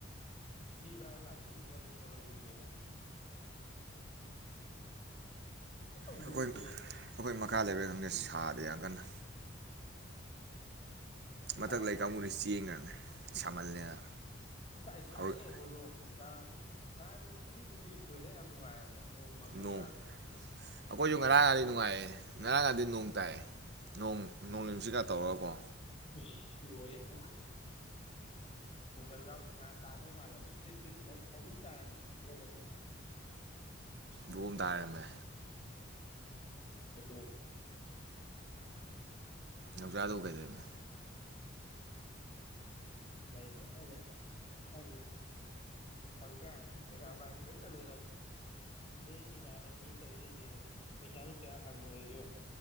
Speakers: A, on the left; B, on the right.
A: ꯊꯤ ꯐꯥꯏꯕ ꯀꯥꯁꯦ ꯏꯔꯨꯖꯔ ꯑꯗꯨꯝ ꯊꫭꯛꯂꯛꯄꯤꯅꯦꯕ꯫ ꯄꯨꯡꯂꯨꯞ
B: ꯑꯩꯈꯣꯏ
A: ꯂꯨꯨꯞꯄꯦ
B: <unintelligible> ꯁꯥꯗꯦ ꯌꯥꯝ ꯀꯟꯅ ꯃꯊꯛ
A: ꯁꯥꯏ
B: ꯂꯩ ꯀꯥꯡꯕꯨꯗꯤ ꯆꯦꯟꯒꯔꯕꯅꯤ ꯁꯥꯃꯜꯂꯦꯅ
A: ꯀꯥꯏ ꯁꯥꯏꯌꯦ
B: ꯍꯧꯖꯤꯛ
A: ꯍꯣꯏꯔꯣꯡ ꯈꯨꯁꯥꯗꯤ ꯉꯍꯥꯟ ꯅꯣꯡꯅꯤꯅꯤꯕꯨꯗꯤ <unintelligible> ꯌꯥꯝ ꯅꯨꯡꯉꯥꯏꯔꯝꯃꯦ ꯅꯣꯡ ꯃꯪꯉꯒ
B: ꯅꯣꯡ ꯑꯩꯈꯣꯏꯁꯨ
A: ꯎꯝ
B: ꯉꯔꯥꯡꯒꯗꯤ
A: ꯑꯗꯨ
B: ꯅꯨꯡꯉꯥꯏꯌꯦ ꯉꯔꯥꯡꯒꯗꯤ ꯅꯣꯡ ꯇꯥꯏꯌꯦ ꯅꯣꯡ ꯅꯣꯡ ꯅꯨꯡꯁꯤꯠꯀꯥ ꯇꯧꯔꯒꯥꯀꯣ
A: ꯏꯁ ꯂꯣꯏꯔꯦ <unintelligible> <unintelligible> ꯌꯥꯎꯗꯦ ꯉꯍꯥꯟ ꯇꯥꯗꯧ ꯃꯥꯜꯂꯝꯃꯦ ꯇꯔꯤꯠ ꯇꯔꯤꯠ ꯑꯍꯨꯝ ꯇꯥꯔꯝꯃꯦ ꯗꯔꯣꯞ ꯑꯍꯨꯝ <unintelligible>
B: ꯗꯣꯝ ꯇꯥ ꯂꯩꯔꯝꯃꯦ
A: <unintelligible>
B: ꯅꯥꯎꯆꯥꯗꯨꯕꯨ ꯀꯩꯗꯧꯔꯤꯅꯣ
A: ꯂꯩ ꯂꯩ ꯍꯥꯏꯁꯦ ꯍꯧꯖꯤꯛꯀꯥꯟ ꯄꯩꯁꯥ ꯄꯥꯏ ꯃꯤ ꯑꯃꯝꯇ ꯂꯩꯔꯝ ꯇꯤꯟꯅꯔꯤꯃꯥꯟꯅꯕꯅꯤꯅ ꯇꯧꯔꯤꯁꯤꯡꯁꯤꯁꯨ ꯄꯩꯁꯥ ꯅꯨꯡꯁꯥ ꯍꯪꯉꯨꯔꯁꯨ